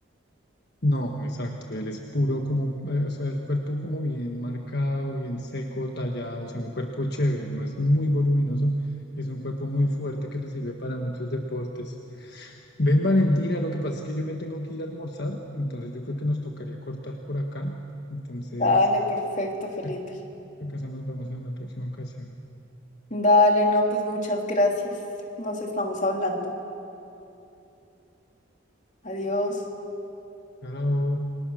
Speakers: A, on the left (about 55°); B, on the left (about 40°).
A: No, exacto, él es puro como, eh, o sea, el cuerpo como bien marcado, bien seco, tallado, o sea, un cuerpo chévere, no es muy voluminoso, y es un cuerpo muy fuerte que le sirve para muchos deportes. Ven, Valentina, lo que pasa es que yo me tengo que ir a almorzar, entonces yo creo que nos tocaría cortar por acá, entonces,
B: Dale, perfecto, Felipe.
A: si acaso nos vemos en una próxima ocasión.
B: Dale, no, pues muchas gracias. Nos estamos hablando. Adiós.
A: Chao.